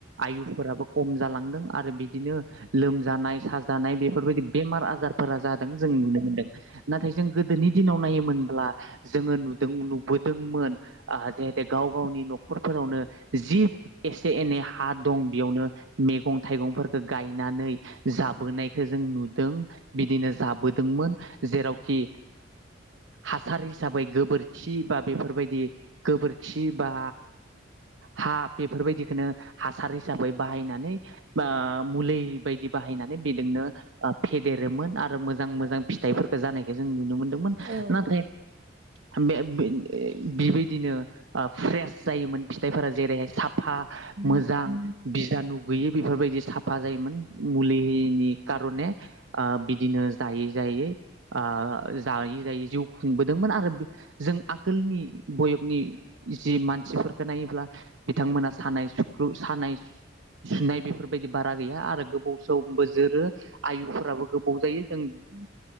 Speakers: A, on the right; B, on the right.
A: आयुफोराबो खम जालां दों आरो बिदिनो लोमजानाय साजा जानाय बे बेफोरबायदि बेमार आजारफोरा जादों जों नुनो मोनदों। नाथाय जों गोदोनि दिनाव नायोमोनब्ला जोङो नुदों नुबोदोंमोन आ जाहाते गाव गावनि न'खरफोरावनो जि एसे एनै हा दं बेयावनो मेगं थाइगंफोरखो गायनानै जाब जाबोनायखौ जों नुदों बिदिनो जाबोदोंमोन जेरावखि हासार हिसाबै गोबोरखि बा बेफोर बायदि गोबोरखि बा हा बेफोर बायदिखौनो हासार हिसाबै बाहायनानै मुलि बायदि बाहायनानै बिजोंनो। फेदेरोमोन आरो मोजां मोजां फिथाइफोरखौ जानायखौ जों नुनो मोनो। मोन
B: औ
A: नाथाय। बे बिबायदिनो फ्रेस जायोमोन फिथाइफोरा जेरैहाय साफ फा मोजां
B: औ
A: बिजानु गैयै बेफोर बायदि साफा जायोमोन मुलि <inaudible> बो जोरो आयुफोराबो गोबाव जायो जों
B: औ